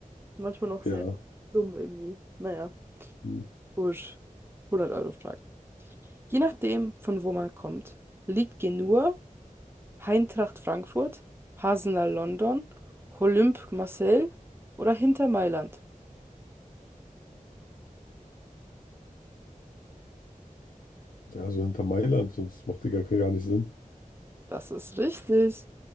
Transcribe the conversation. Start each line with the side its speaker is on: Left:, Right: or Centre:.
Right: manchmal noch sehr
Left: Ja.
Right: dumm irgendwie. Naja,
Left: Hm.
Right: gut. 100 Euro Frage. Je nachdem, von wo man kommt, liegt Genua, Eintracht Frankfurt, Hasenal London, Olympique Marseille oder hinter Mailand.
Left: Ja, also hinter Mailand, sonst macht die gar, gar nicht Sinn.
Right: Das ist richtig.